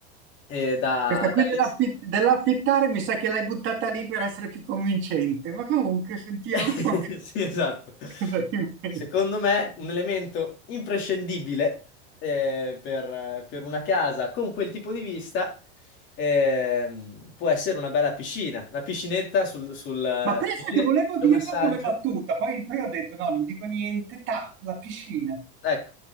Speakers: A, on the left (about 35°); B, on the right (about 35°).
A: eh, da,
B: Questa qui
A: dall'ins-
B: dell'affi- dell'affittare mi sa che l'hai buttata lì per essere più convincente, ma comunque sentiamo
A: <laughs>
B: <laughs>
A: Sì, esatto.
B: cosa inventi.
A: Secondo me, un elemento imprescindibile eh, per, per una casa con quel tipo di vista ehm, può essere una bella piscina, una piscinetta sul, sul, eh,
B: Ma pensa
A: piscine-
B: che volevo
A: idromassaggio.
B: dirlo come battuta, poi, poi ho detto no, non dico niente, ta, la piscina.
A: Ecco,